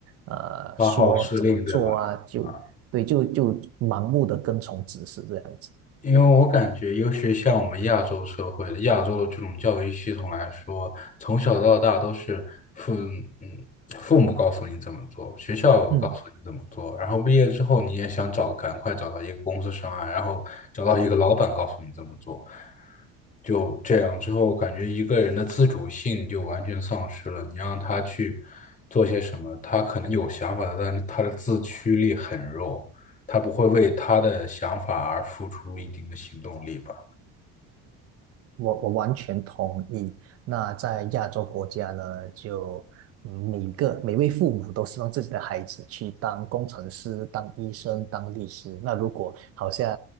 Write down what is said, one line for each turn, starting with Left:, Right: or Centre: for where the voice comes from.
Right: 呃说怎么做啊，
Left: 八号司令，对吧？
Right: 就对，
Left: 啊。
Right: 就就盲目的跟从指示这样子。
Left: 因为我感觉，尤其像我们亚洲社会的亚洲的这种教育系统来说，从小到大都是父嗯父母告诉你怎么做，学校告诉你怎么做，
Right: 嗯。
Left: 然后毕业之后你也想找赶快找到一个公司上岸，然后找到一个老板告诉你怎么做，就这样之后，感觉一个人的自主性就完全丧失了。你让他去做些什么，他可能有想法的，但是他的自驱力很弱。他不会为他的想法而付出一定的行动力吧？
Right: 我我完全同意。那在亚洲国家呢，就嗯每个每位父母都希望自己的孩子去当工程师、当医生、当律师。那如果好像